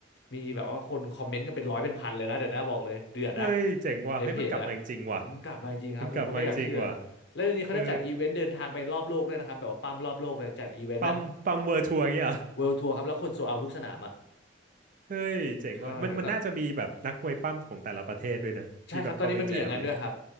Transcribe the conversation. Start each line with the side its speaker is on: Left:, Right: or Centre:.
Left: มีแบบว่าคนคอมเมนต์กันเป็นร้อยเป็นพันเลยนะเดี๋ยวนะบอกเลยเดือดนะ
Right: เฮ้ยเจ๋งว่ะเฮ้ยมันกลับมาจริงๆว่ะ
Left: ในเพจอะอืมกลับมาจริงครับผมก็ไม่อยากเชื่อ
Right: มันกลับมาจริงๆว่ะ
Left: แล้วเดี๋ยวนี้เขาจะจัดอีเวนต์เดินทางไปรอบโลกด้วยนะครับแบบว่าปั้มรอบโลกเลยจัดอีเวนต์อะ
Right: เออปั๊มปั๊มเวิร์ทัวร์เงี้ยเหรอ
Left: เวิลด์ทัวร์ครับแล้วคนโซเอาทุกสนามอะ
Right: เฮ้ยเจ๋งว่ะมันมันน่าจะมีแบบนักมวยปั้มของแต่ละประเทศด้วยเนอะที่แบบเข้าไปแจมเลย
Left: ใช่แล้ว ใช่ครับตอนนี้มันมีอย่างนั้นด้วยครับ